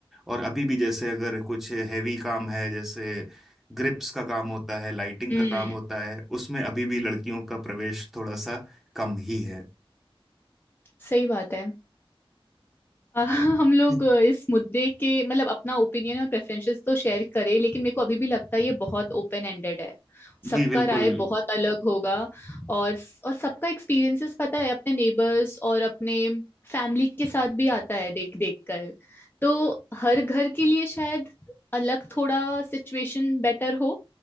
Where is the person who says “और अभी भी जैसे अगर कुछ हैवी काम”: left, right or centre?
Centre